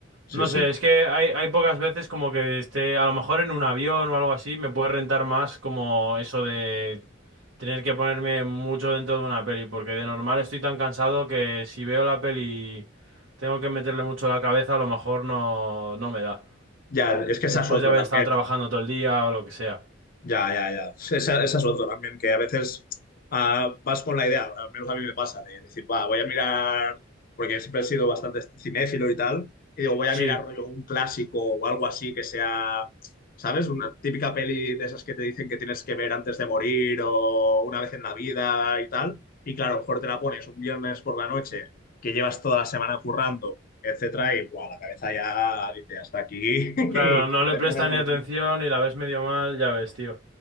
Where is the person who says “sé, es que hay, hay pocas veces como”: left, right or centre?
Right